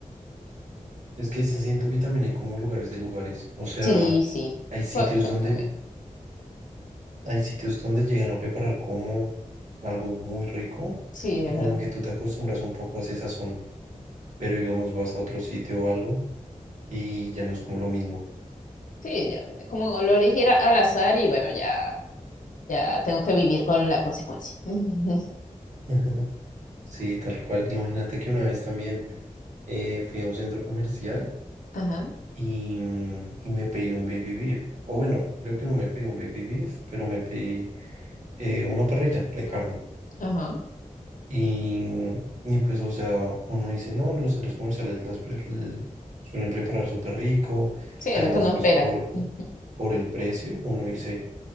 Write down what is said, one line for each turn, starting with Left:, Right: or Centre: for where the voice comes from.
Right: Es que se siento que también hay como lugares de lugares, o sea,
Left: Sí, sí,
Right: hay sitios
Left: fue, fue-
Right: donde,
Left: fue mi-
Right: hay sitios donde llegan a preparar como algo muy rico
Left: sí,
Right: y
Left: es
Right: como
Left: verdad.
Right: que tú te acostumbras un poco a ese sazón, pero digamos vas a otro sitio o algo y ya no es como lo mismo.
Left: Sí, ya, como lo elegí era al azar y bueno, ya, ya tengo que vivir con la consecuencia. <laughs>
Right: <laughs> Sí, tal cual. Imagínate que una vez también eh, fui a un centro comercial
Left: Ajá,
Right: y, mm, y me pedí un baby beef, o bueno, creo que no me pedí un baby beef, pero me pedí eh, una parrilla de carne.
Left: ajá.
Right: Y, y pues, o sea, uno dice, no, en los centros comerciales las pre- l- suelen preparar súper rico.
Left: Sí,
Right: Además,
Left: es lo que no
Right: pues
Left: espera.
Right: por,
Left: <laughs> Ujú.
Right: por el precio, uno dice,